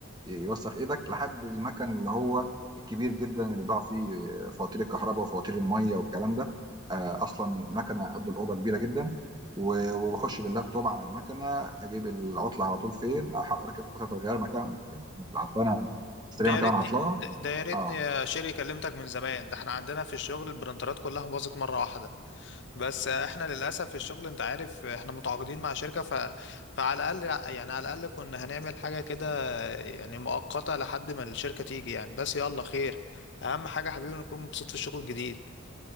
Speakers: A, on the right; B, on the left.
A: يوسخ ايدك لحد المكن اللي هو الكبير جدا اللي بيضاع فيه فواتير الكهرباء وفواتير الميه والكلام ده آه، اصلا مكنه قد الاوضه كبيره جدا و- وبخش باللابتوب على المكنه اجيب العطله على طول فين أح- اركب قطعه الغيار مكان العطلانه اشتريها
B: ده يا
A: مكان
B: ريتني
A: العطلانه
B: ده ده يا ريتني
A: اه
B: يا شيري كلمتك من زمان ده احنا عندنا في الشغل البرنترات كلها باظت مره واحده بس احنا للاسف في الشغل انت عارف احنا متعاقدين مع شركه ف... فعلى الاقل يعني على الاقل كنا هنعمل حاجه كده يعني مؤقته لحد ما الشركه تيجي يعني بس يلا خير اهم حاجه حبيبي نكون مبسوط في الشغل الجديد